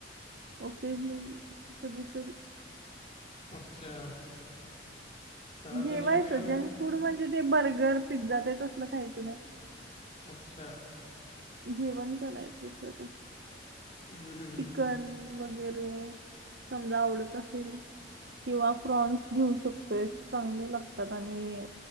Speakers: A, on the right (about 60°); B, on the left (about 30°).
A: ओकेजनली कधीतरी
B: अच्छा. आता
A: जेवायचं
B: नेहमी आम्ही
A: जंक
B: काय
A: फूड म्हणजे ते बर्गर, पिझ्झा ते तसलं खायचं नाही.
B: अच्छा.
A: जेवण करायचं सरळ.
B: <unintelligible> हम्म.
A: चिकन वगैरे समजा आवडत असेल किंवा प्रॉन्स घेऊ शक ते चांगले लागतात. आणि